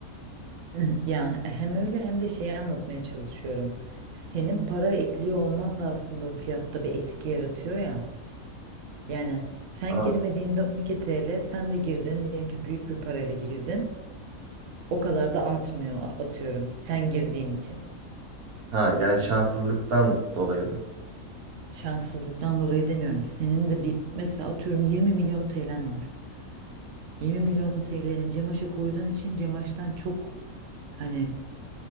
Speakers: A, on the right (about 65°); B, on the right (about 85°).
A: <laughs> ya hem öyle hem de şeyi anlatmaya çalışıyorum. Senin para ekliyor olman da aslında o fiyatta bir etki yaratıyor ya. Yani sen
B: Ha,
A: girmediğinde 12 TL, sen de girdin diyelim ki büyük bir parayla girdin. O kadar da artmıyor atıyorum sen girdiğin için.
B: ha, yani şanssızlıktan dolayı mı?
A: Şanssızlıktan dolayı demiyorum. Senin de bir mesela atıyorum 20 milyon TL'n var. 20 milyon TL'ni Cemaş'a koyduğun için Cemaş'tan çok hani